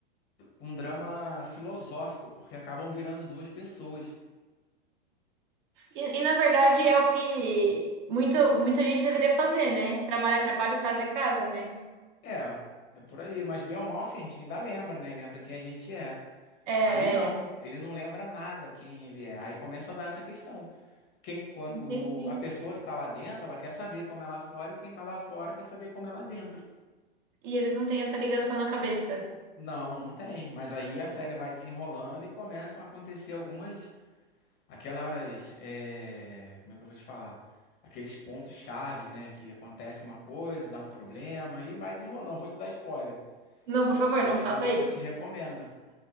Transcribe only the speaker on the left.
um drama filosófico, porque acabam virando duas pessoas.
É, é por aí, mas bem ou mal, assim, a gente ainda lembra, né, lembra quem a gente é.
Ali não,
ele não lembra nada quem ele é, aí começa a dar essa questão. quem, quando,
o- a pessoa que está lá dentro, ela quer saber como é lá fora, e quem está lá fora quer saber como é lá dentro.
Não, não tem. Mas aí a série vai desenrolando e começam a acontecer algumas, aquelas, é, como é que eu vou te falar? Aqueles pontos chaves, né? Que acontece uma coisa, e dá um problema e vai desenrolando. Vou te dar spoiler,
porque
eu
te,
eu te recomendo.